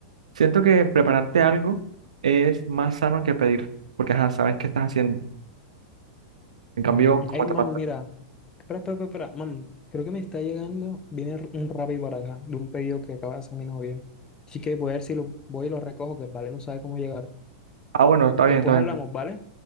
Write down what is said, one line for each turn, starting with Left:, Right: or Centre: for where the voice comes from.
Right: siento que prepararte algo es más sano que pedir, porque ajá, sabes qué estás haciendo. En cambio,
Left: Mm,
Right: como
Left: Ey,
Right: te
Left: man,
Right: pasa?
Left: mira, Espera, espera, espera, espera. Mam, creo que me está llegando. Viene r- un Rappi por acá, de un pedido que acaba de hacer mi novia. Así que voy a ver si lo voy y lo recojo, que vale, no sabe cómo llegar.
Right: Ah, bueno, está bien,
Left: Después
Right: está bien.
Left: hablamos, ¿vale?